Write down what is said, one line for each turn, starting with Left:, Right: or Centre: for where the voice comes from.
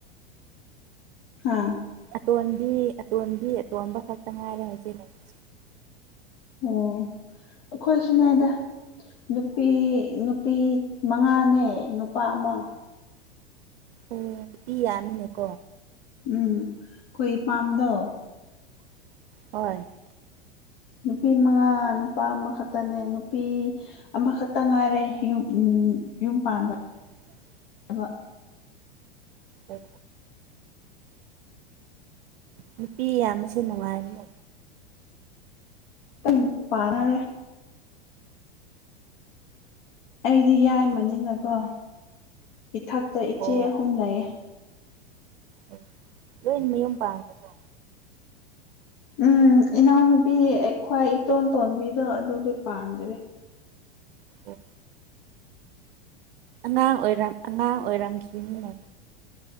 Left: ꯑꯥ
Right: ꯑꯇꯣꯝꯕꯤ ꯑꯇꯣꯝꯕꯤ ꯑꯇꯣꯟꯕ ꯈꯛꯇ ꯉꯥꯏꯔꯦ ꯍꯧꯖꯤꯛ ꯂꯩꯔꯤꯁꯦ
Left: ꯑꯣ ꯑꯩꯈꯣꯏꯁꯨꯅꯦꯗ ꯅꯨꯄꯤ ꯅꯨꯄꯤ ꯃꯉꯥꯅꯦ ꯅꯨꯄꯥ ꯑꯃ
Right: ꯑꯣ ꯏ ꯌꯥꯝꯃꯤꯅꯦꯀꯣ
Left: ꯎꯝ ꯑꯩꯈꯣꯏ ꯄꯥꯝꯗꯣ
Right: ꯍꯣꯏ
Left: ꯅꯨꯄꯤ ꯃꯉꯥ ꯅꯨꯄꯥ ꯑꯃꯈꯛꯇꯅꯦ ꯅꯨꯄꯤ ꯑꯃꯈꯛꯇ ꯉꯥꯏꯔꯦ ꯎ ꯎꯝ ꯌꯨꯝ ꯄꯥꯟꯗ
Right: ꯑꯣ
Left: ꯑꯕ
Right: ꯎꯝ ꯅꯨꯄꯤ ꯑꯌꯥꯝꯕꯁꯦ ꯅꯨꯡꯉꯥꯏꯔꯅꯦ
Left: ꯑ ꯄꯥꯅꯔꯦ ꯑꯩꯗꯤ ꯌꯥꯏꯃꯅꯤꯅꯀꯣ ꯏꯊꯛꯇ ꯏꯆꯦ
Right: ꯑꯣ
Left: ꯑꯍꯨꯝ ꯂꯩꯌꯦ
Right: ꯑꯣ ꯂꯣꯏ ꯃꯌꯨꯝ ꯄꯥꯡꯈ꯭ꯔꯣ
Left: ꯎꯝ ꯏꯅꯥꯎꯅꯨꯕꯤ ꯈ꯭ꯋꯥꯏ ꯏꯇꯣꯟ ꯇꯣꯟꯕꯤꯗꯣ ꯑꯗꯨꯗꯤ ꯄꯥꯟꯗ꯭ꯔꯦ
Right: ꯎ ꯑꯉꯥꯡ ꯑꯣꯏꯔꯝ ꯑꯉꯥꯡ ꯑꯣꯏꯔꯝꯈꯤꯅꯤꯅꯦ